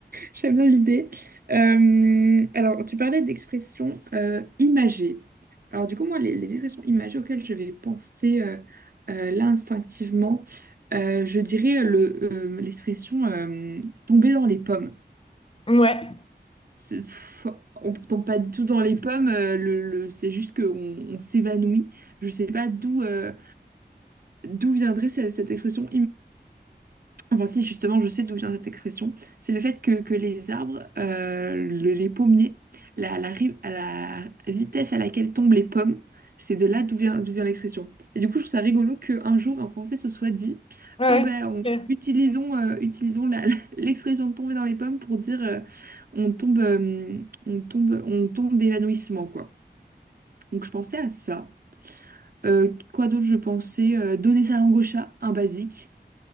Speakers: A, on the right (about 55°); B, on the left (about 30°).
A: J'aime bien l'idée. Euh, alors, tu parlais d'expressions euh, imagées. Alors, du coup, moi, les, les expressions imagées auxquelles je vais penser euh, euh, là instinctivement, euh, je dirais le, euh, l'expression euh, tomber dans les pommes.
B: Ouais,
A: C'est- pff, on ne tombe pas du tout dans les pommes, euh, le, le- c'est juste qu'on on s'évanouit. Je ne sais pas d'où euh, d'où viendrait cette, cette expression Enfin, si, justement, je sais d'où vient cette expression. C'est le fait que, que les arbres, euh, le- les pommiers, la, la, ri- à la vitesse à laquelle tombent les pommes, c'est de là d'où vient, d'où vient l'expression. Et du coup, je trouve ça rigolo qu'un jour, un Français se soit dit,
B: ouais.
A: Ah ben,
B: c'est
A: on-
B: clair.
A: utilisons, euh, utilisons la- <laughs> la- l'expression de tomber dans les pommes pour dire euh, on tombe, euh, on tombe, on tombe d'évanouissement, quoi. Donc, je pensais à ça. Euh, quoi d'autre, je pensais euh, donner sa langue au chat, un basique.